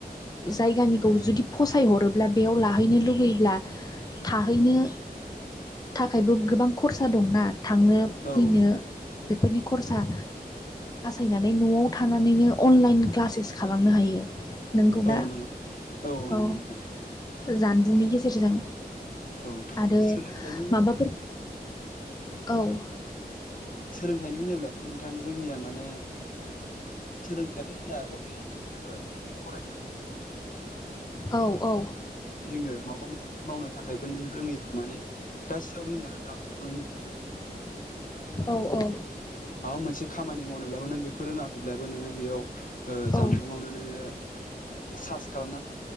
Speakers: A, on the left; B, on the left.
A: जायगानिखौ जुदि फसायहरोब्ला बेयाव लाहैनो लुगैयोब्ला थाहैनो थाखायबो गोबां खरसा दंना थांनो
B: औ
A: फैनो बेफोरनि खरसा बासायनानै न'आव थानानैनो अनलाइन क्लासेस खालामनो हायो। नोंगौ ना?
B: औ नंगौ औ नंगौ
A: औ
B: नोंथां
A: जानबुंनि गेजेरजों।
B: औ
A: आरो
B: सोलोंथाइनि
A: माबाफोर औ
B: सोलोंथाइनि होनोब्लाथ नोंथां जोंनिया माने सोलोंथाइथ जोंना अर <unintelligible>
A: औ औ
B: जोङो माबा मोन मावनो थाखायबो नों रोङिखौ माने गासियावबो जों लानो नुदों
A: औ औ
B: मोनसे खामानि मावनोब्लाबो नों बेखौ रोङाखैब्लाबो नोङो बेयाव
A: औ
B: जानबुंङावनो नोङो सार्च खालामनानै